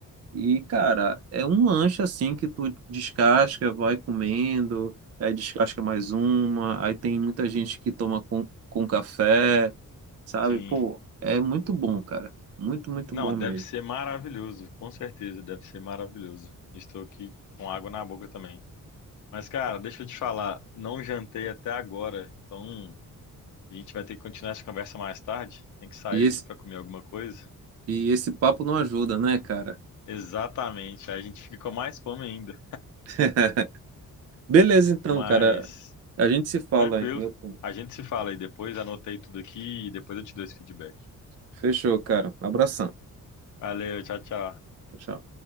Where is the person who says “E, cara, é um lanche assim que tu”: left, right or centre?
Right